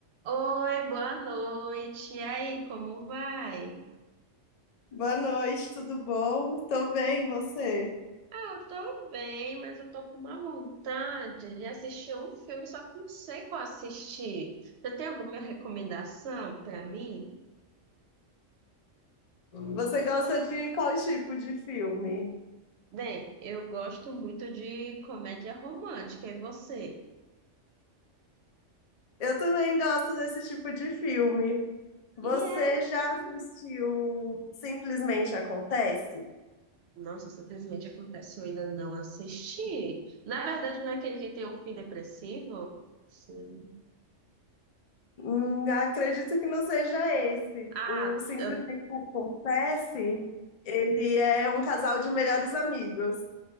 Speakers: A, on the right; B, on the left.
A: Oi, boa noite. E aí, como vai?
B: Boa noite, tudo bom? Tô bem, você?
A: Ah, eu tô bem, mas eu tô com uma vontade de assistir um filme, só que não sei qual assistir. Você tem alguma recomendação pra mim?
B: Você gosta de qual tipo de filme?
A: Bem, eu gosto muito de comédia romântica, e você?
B: Eu também gosto desse tipo de filme. Você
A: E é?
B: já assistiu Simplesmente Acontece?
A: Nossa, simplesmente acontece, eu ainda não assisti. Na verdade, não é aquele que tem um fim depressivo? Sim.
B: Hum, acredito que não seja esse.
A: Ah,
B: O Simplesmente
A: eu,
B: Acontece, ele é um casal de melhores amigos.